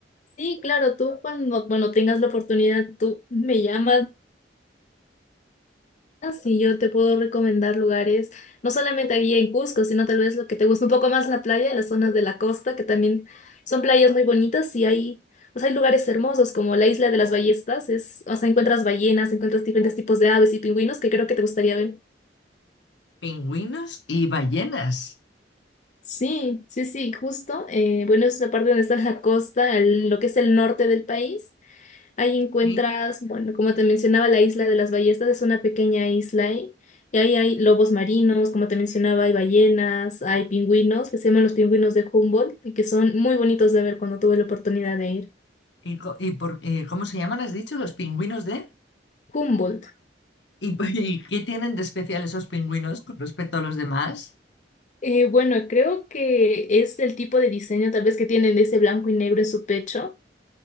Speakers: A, on the left; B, on the left.
A: Sí, claro, tú cuando, bueno, tengas la oportunidad, tú me llamas, Ah, Sí, yo te puedo recomendar lugares, no solamente aquí en Cusco, sino tal vez lo que te gusta un poco más la playa, las zonas de la costa, que también son playas muy bonitas y hay, o sea, hay lugares hermosos como la isla de las ballestas, es, o sea, encuentras ballenas, encuentras diferentes tipos de aves y pingüinos que creo que te gustaría ver.
B: Pingüinos y ballenas.
A: Sí, sí, sí, justo. eh, bueno, es la parte donde está la costa, el- lo que es el norte del país. Ahí encuentras,
B: ¿sí?
A: bueno, como te mencionaba, la isla de las ballestas es una pequeña isla y y ahí hay lobos marinos, como te mencionaba, hay ballenas, hay pingüinos, que se llaman los pingüinos de Humboldt y que son muy bonitos de ver cuando tuve la oportunidad de ir.
B: ¿Y, co- y por, eh, cómo se llaman, has dicho, los pingüinos de?
A: Humboldt.
B: ¿Y, <laughs> y qué tienen de especial esos pingüinos con respecto a los demás?
A: Eh, bueno, creo que es el tipo de diseño tal vez que tienen ese blanco y negro en su pecho.